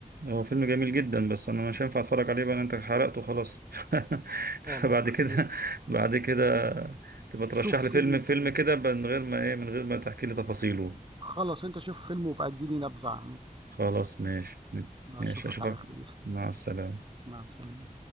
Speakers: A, on the right; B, on the right.
A: هو فيلم جميل جدا بس انا مش هينفع اتفرج عليه بقى لأن انت حرقته خلاص <laughs> فبعد
B: خلاص
A: كده
B: خير
A: بعد كده تبقى ترشح
B: شوف
A: لي
B: فيلم
A: فيلم فيلم
B: تاني
A: كده ب- من غير ما ايه من غير ما تحكي لي تفاصيله
B: خلاص أنت شوف فيلم وبقى اديني نبذة عنه
A: خلاص ماشي
B: أشوفك
A: ماشي اشوفك
B: على خير
A: مع السلامة
B: مع السلامة